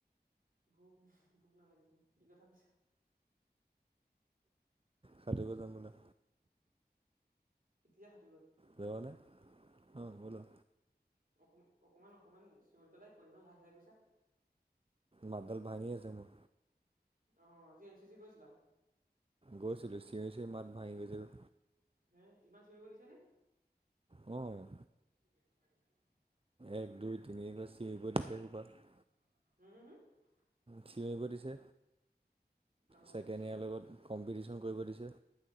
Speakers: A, on the right; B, on the right.
A: ভোক ভোক নালাগিবনে কি কথা কৈছা?
B: সাতুৰিব যাওঁ ব'লা।
A: এতিয়া সাত
B: যাবা নে? অ' ব'লা।
A: অকমা অকমান অকমান চিঞৰি পেলাই কোৱাঁ। ইমান লাহে লাহে কৈছা।
B: মাতডাল ভাঙি আছে মোৰ।
A: অ', আজি এন চি চি গৈছিলা?
B: গৈছিলোঁ। চিঞৰি চিঞৰি মাত ভাঙি গৈছিল।
A: হে ইমান চিঞৰিব দিছে নে?
B: অ'।
A: <unintelligible>
B: এক, দুই, তিনিয়ে একে চিঞৰিব দিছে <unintelligible>
A: <unintelligible>
B: চিঞৰিব দিছে।
A: অ উম
B: ছেকেণ্ড ইয়াৰ লগত কম্পিটিচন কৰিব দিছে।